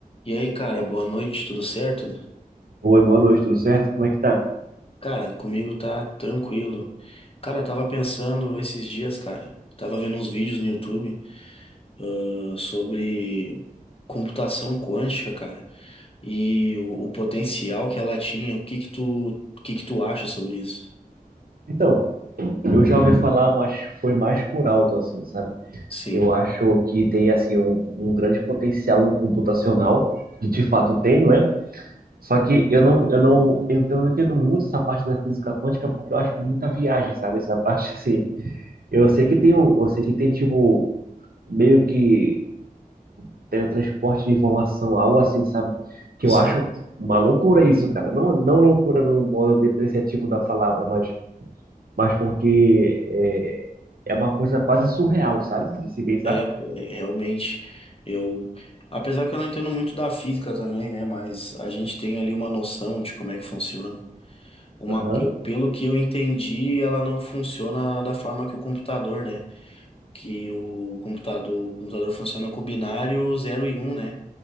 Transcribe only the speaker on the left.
E aí, cara, boa noite, tudo certo?
Cara, comigo tá tranquilo. Cara, eu tava pensando esses dias, cara, tava vendo uns vídeos no YouTube, ah, sobre computação quântica, cara, e o, o potencial que ela tinha. O que que tu, o que que tu acha sobre isso?
Sim,
sim,
sim.
É, é, realmente, eu, apesar que eu não entendo muito da física também, né, mas a gente tem ali uma noção de como é que funciona. Uma,
eu, pelo que eu entendi, ela não funciona da forma que o computador, né? Que o computador, o computador funciona com binário zero e um né?